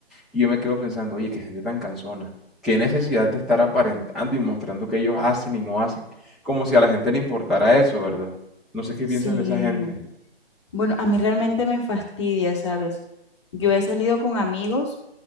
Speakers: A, in the centre; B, on the left.
A: Y yo me quedo pensando, oye, qué gente tan cansona, qué necesidad de estar aparentando y mostrando que ellos hacen y no hacen, como si a la gente le importara eso, ¿verdad? No sé qué
B: Sí.
A: piensas de esa gente.
B: Bueno, a mí realmente me fastidia, ¿sabes? Yo he salido con amigos